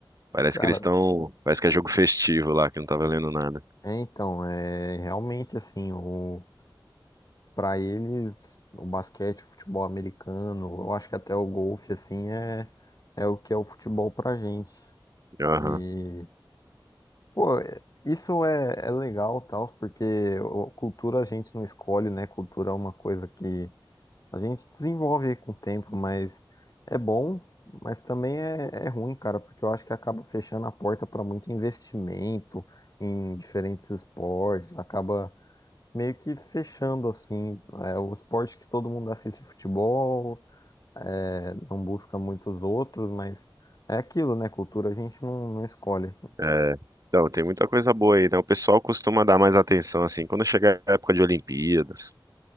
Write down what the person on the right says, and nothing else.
Parece
que eles estão. Parece que é jogo festivo lá, que não tá valendo nada.
Aham.
É, então, tem muita coisa boa aí, né? O pessoal costuma dar mais atenção, assim, quando chega a época de Olimpíadas,